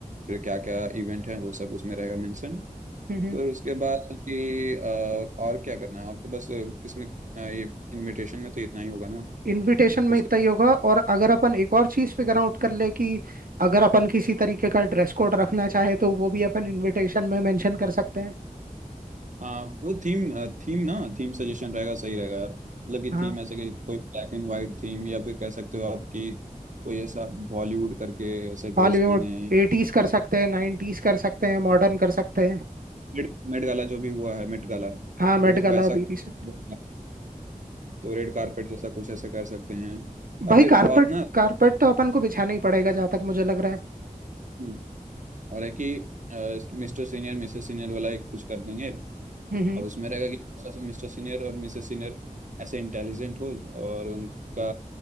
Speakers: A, on the right; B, on the right.
A: फिर क्या क्या इवेंट है वो सब उसमें रहेगा मेंशन
B: हम्म हम्म
A: फिर उसके बाद कि अ, और क्या करना है और तो बस इसमें अ, ये इनविटेशन में तो इतना ही होगा ना
B: इनविटेशन में
A: उसके
B: इतना
A: बाद
B: ही होगा और अगर अपन एक और चीज फिगर आउट कर ले कि अगर अपन किसी तरीके का ड्रेस कोड रखना चाहे तो वो भी अपन इनविटेशन में मेंशन कर सकते हैं
A: हाँ वो थीम थीम ना थीम सजेशन रहेगा सही रहेगा यार मतलब कि
B: हाँ
A: थीम ऐसे कि कोई ब्लैक एंड वाइट थीम या फिर कह सकते हो आप कि कोई ऐसा बॉलीवुड करके ऐसे ड्रेस
B: हॉलीवुड
A: पहने
B: एटीज कर सकते हैं नाइनटीज कर सकते हैं मॉडर्न कर सकते हैं
A: मेट मेट गाला जो भी हुआ है मेट गाला तो
B: हाँ मेट
A: उस
B: गाला
A: वैसा
B: भी
A: तो
B: रिसेंट
A: रेड कारपेट जैसा कुछ ऐसे कर सकते हैं या
B: भाई
A: फिर
B: कारपेट
A: और ना
B: कारपेट तो अपन को बिछाना ही पड़ेगा जहाँ तक मुझे लग रहा है
A: हम्म, और है कि मिस्टर सीनियर मिसेस सीनियर वाला एक कुछ कर देंगे
B: हम्म हम्म
A: और उसमें रहेगा कि मिस्टर सीनियर और मिसेस सीनियर ऐसे इंटेलिजेंट हो और उनका